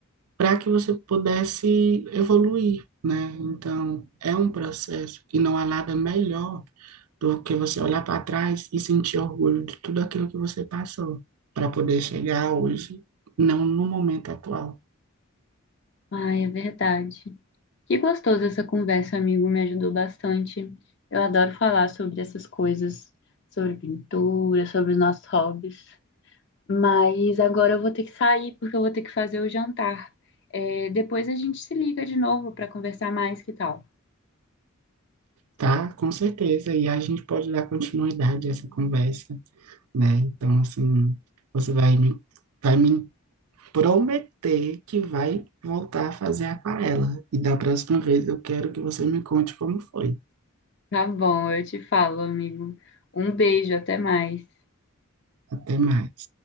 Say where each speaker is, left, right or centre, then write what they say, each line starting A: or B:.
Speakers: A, on the right; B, on the left.
A: para que você pudesse evoluir, né? Então, é um processo e não há nada melhor do que você olhar para trás e sentir orgulho de tudo aquilo que você passou para poder chegar hoje, não no momento atual.
B: ai, é verdade. Que gostoso essa conversa, amigo, me ajudou bastante. Eu adoro falar sobre essas coisas, sobre pintura, sobre os nossos hobbies. Mas agora eu vou ter que sair porque eu vou ter que fazer o jantar. É, depois a gente se liga de novo para conversar mais, que tal?
A: Tá, com certeza. E a gente pode dar continuidade a essa conversa, né? Então, assim, você vai me vai me prometer que vai voltar a fazer aquarela. E da próxima vez eu quero que você me conte como foi.
B: Tá bom, eu te falo, amigo. Um beijo, até mais.
A: Até mais.